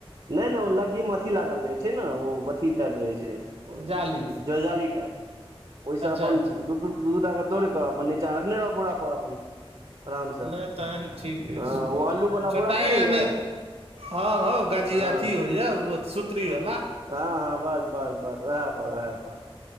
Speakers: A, on the right (about 55°); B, on the right (about 75°).
A: नहि नहि ओ लगी मे अथि लागल रहै छै ने ओ अथी टाइप रहै छै
B: जाली
A: जजाली टाइप ओहिसँ
B: अच्छा
A: अपन
B: अच्छा
A: दु दू दू टा के तोड़े कऽ अपन नीचा रखने रह बौरा पर अपन आराम सँ
B: नहि
A: त
B: तहन ठीक अछि
A: ओ अल्लू वाला
B: चोटाइ
A: बोरा नहि
B: य
A: होइए
B: हँ हो गाजी
A: हँ
B: अथी होइया सुत्री वाला
A: हँ हँ बस बस बस उएह पर उएह पर